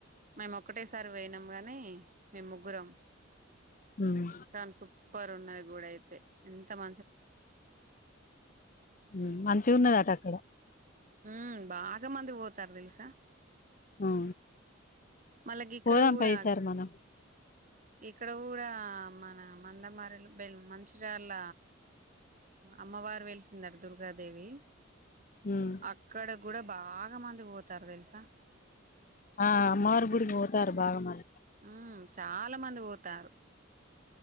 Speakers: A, on the right; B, on the left.
A: మేము ఒకక్కటేసారి వనాం గాని మేము ముగ్గురం
B: ఉమ్
A: కానీ సూపర్ ఉన్నది గడ అయితే స్తమ
B: ఉమ్ మంచి ఉన్నదట అక్కడ
A: ఉమ్ బాగా మంది పోతారు తెలుసా
B: ఆ
A: మళ్ళకి ఇక్కడ
B: పోదం
A: కూడా
B: పైసారు మనం
A: ఇక్కడ కూడా మన మందమారి మంచిరాళ్ళ అమ్మవారు వెలిసింద దుర్గాదేవి
B: ఉమ్
A: అక్కడ కూడా బాగా మంది పోతారు తెలుసా
B: ఆ మారుపుడికి పోతారు బాగా మ
A: ఆ చాలా మంది పోతారు